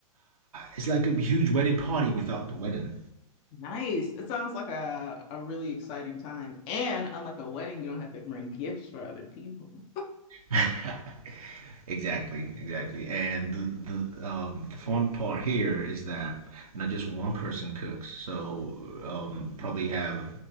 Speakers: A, on the right; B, on the left.
A: it's like a huge wedding party without the wedding.
B: Nice. It sounds like a, a really exciting time. And unlike a wedding, you don't have to bring gifts for other people.
A: <laughs> exactly, exactly. And the the, um, the fun part here is that not just one person cooks. So um, probably have